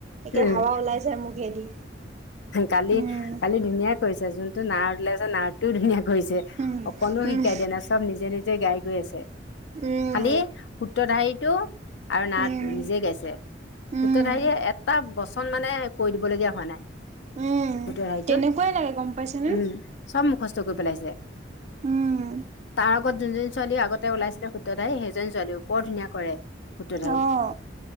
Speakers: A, on the right; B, on the left.
A: একে
B: উম
A: হাৱা ওলাই যায় মুখেদি
B: কালি
A: উম
B: কালি ধুনীয়া কৰিছে যোন। টো নাৰ ওলাই আছে নাৰটোও ধুনীয়া কৰিছে
A: উম
B: অকনো
A: উম
B: শিকাই দিয়া নাই চব নিজে নিজে গাই গৈ আছে।
A: উম
B: খালি সূত্ৰধাৰিটো। আৰু নাৰটো
A: উম
B: নিজে গাইছে
A: উম
B: পূত্ৰত হাৰীয়ে এটা বচন মানে কৰি দিবলগীয়া হোৱা নাই।
A: উম
B: উট সাইতো
A: তেনেকুৱাই লাগে গম পাইছেনে
B: উম চব মুখজ। কৰি পেলাইছে।
A: উম
B: তাৰ আগত যোনজন ছোৱালী আগতে ওলাইছিলে শুদ্ধ্ৰতাই সেইজন ছোৱালীও বৰ ধুনীয়া কৰে। সূত্ৰধাৰী
A: অহ।